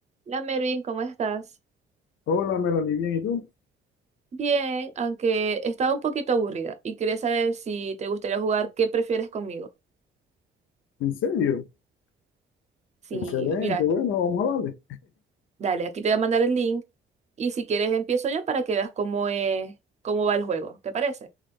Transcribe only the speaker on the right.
La Mervin, ¿cómo estás?
Bien, aunque estaba un poquito aburrida y quería saber si te gustaría jugar qué prefieres conmigo.
Si,
mira,
dale, aquí te voy a mandar el link y si quieres empiezo yo para que veas cómo es, cómo va el juego. ¿Te parece?